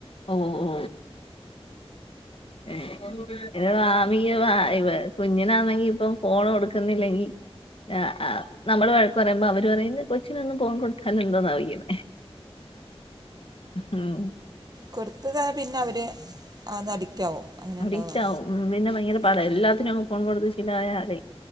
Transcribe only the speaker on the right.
കൊടുത്തത പിന്നെ അവർ അത് അഡിക്റ്റ് ആവും അങ്ങനെ
ഉണ്ടാവുക
ആഹ്